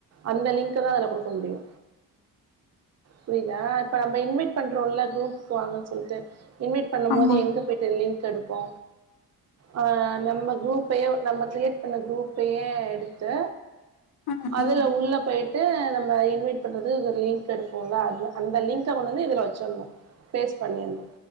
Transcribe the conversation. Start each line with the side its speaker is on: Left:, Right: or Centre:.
Right: அந்த லின்க்தா அதுல குடுக்க முடியு புரியிதா இப்ப நம்ம இன்வைட் பண்றோல குரூப்புக் வாங்கன் சொல்ட்டு இன்வைட் பண்ணும்
Left: ஆமா
Right: போது எங்க போய்ட்டு லின்க் எடுப்போ அ நம்ம குரூப்பையே நம்ம கிரியேட் பண்ண குரூப்பையே எடுத் து
Left: ம்
Right: அதுல
Left: ம்
Right: உள்ள போய் ட்டு நம்ம இன்வைட் பண்றது ஒரு லின்க் எடுப்போல அது அந்த லின்க கொண்டு வந்து இதுல வெச்சிர்ணு பேஸ்ட் பண்ணிர்னு